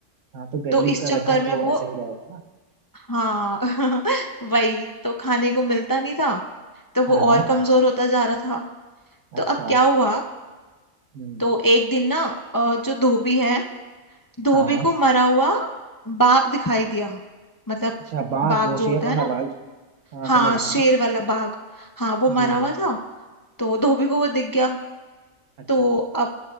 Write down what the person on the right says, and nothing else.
हाँ तो गरीब
का
गधा
तो
ऐसा ही रहेगा ना
हाँ हाँ
अच्छा
हम्म
हाँ हाँ
अच्छा बाघ
वो
शेर
वाला
बाघ हाँ
समझ गया
मैं
जी
अच्छा